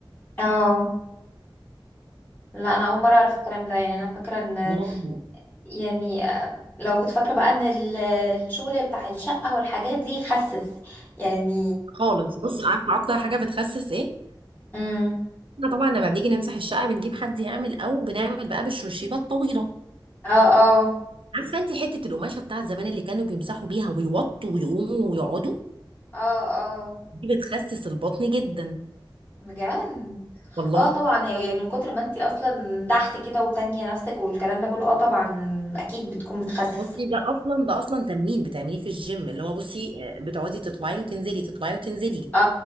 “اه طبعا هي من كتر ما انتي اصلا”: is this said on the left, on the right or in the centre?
Left